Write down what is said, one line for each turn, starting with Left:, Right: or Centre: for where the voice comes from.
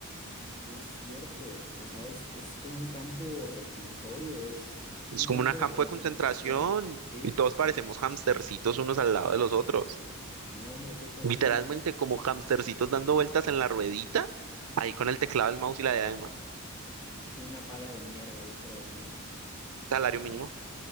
Left: No es cierto. O sea, es, es como un campo reclusorio, es, es
Right: Es
Left: un
Right: como
Left: campo
Right: un campo
Left: de concentración.
Right: de concentración
Left: ¿Sí?
Right: y todos parecemos hamstercitos unos al lado de los otros.
Left: No, hombre, qué terrible.
Right: Literalmente como hamstercitos dando vueltas en la ruedita, ahí con el teclado, el mouse y la diadema.
Left: Y una paga de mierda, yo creo, ¿no?
Right: Salario mínimo.